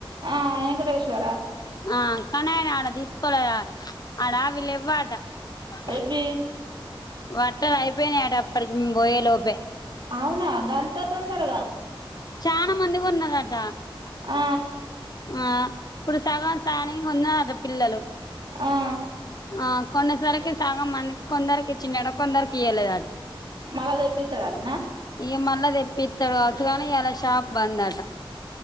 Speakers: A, on the right; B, on the left.
A: ఆ వెంకటేశ్వర
B: ఆ కానీ ఆయన ఆడ తీసుకోలే ఆడ <unintelligible>
A: ఎవ్వి
B: బట్టలు అయిపోయినయట అప్పటికి పోయే లోపే
A: అవునా గంత తొందరగ
B: చాల మంది కొన్నారట
A: ఆ
B: ఆ ఇప్పుడు సగం స్యానింగ్ ఉన్న ఆడ పిల్లలు
A: ఆ
B: ఆ కొనేసరికి సగం మందికి కొందరకి ఇచ్చిండట. కొందరకి ఇయ్వలేదట
A: మళ్ళ తెప్పిత్తడాటన
B: ఇగ మళ్ళా తెప్పిత్తడు కావచ్చు గనీ ఇయల షాప్ బంద్ అట